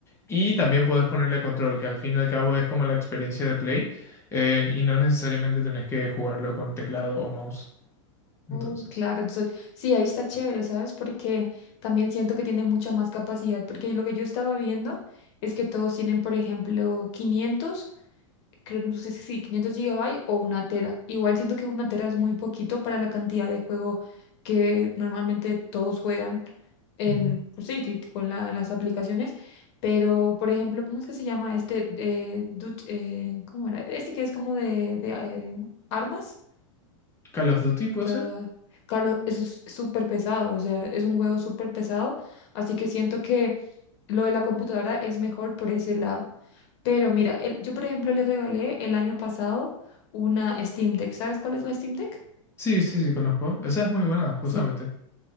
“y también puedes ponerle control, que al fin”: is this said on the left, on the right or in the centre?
Left